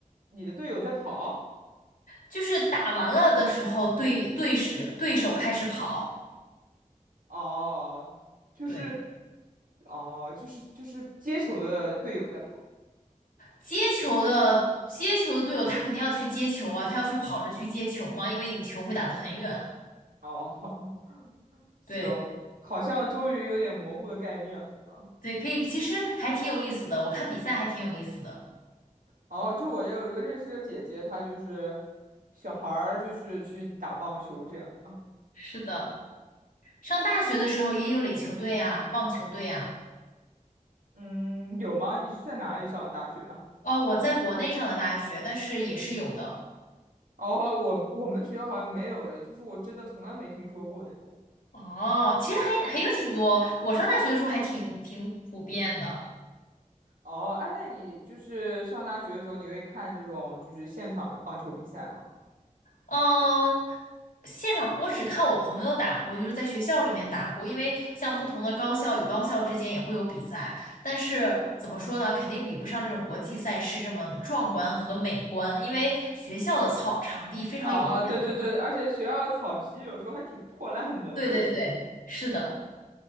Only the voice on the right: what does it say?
你的队友在跑，
哦，就是
哦，就是就是接球的队友在跑，
哦，<laughs> 行，
好像终于有点模糊的概念了。
哦，就我也有这个认识的姐姐，她就是小孩儿，就是去打棒球这样。
嗯，有吗？你是在哪里上的大学啊？
哦，我我们学校好像没有诶，就是我真的从来没听说过那种。
哦，哎，那你就是上大学的时候，你会看这种就是现场的棒球比赛吗？
啊，对对对，而且学校的草皮有时候还挺破烂的，
说实话。